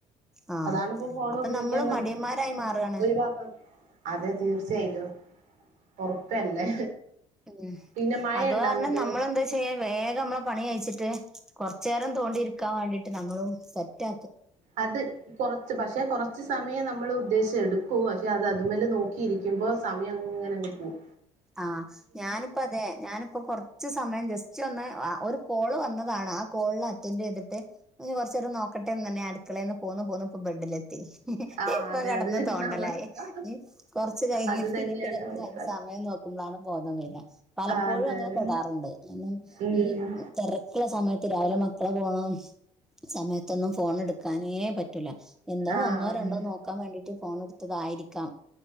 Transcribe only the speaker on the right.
അതാണിപ്പോ ഫോൺ
ഉപയോഗിക്കാൻ
<inaudible>
ഒഴിവാക്കാൻ അതെ തീർച്ചയായിട്ടും ഉറപ്പല്ലേ
പിന്നെ മഴയുണ്ടോ
അങ്ങട്ട്
അത് കുറച്ച് ഭശ് കുറച്ച് സമയം നമ്മൾ ഉദ്ദേശിച്ച എടുക്കു പക്ഷെ അത് അതുമൽ നോക്കിയിരിക്കുമ്പോ സമയം അങ്ങനെ അങ് പോകും.
ആഹ് അതെ
അത്
തന്നെ അവസ്ഥ
അത് തന്നെയാണ്
അവസ്ഥ
ആഹ് അതെ
അതെ
ഉം
ആഹ്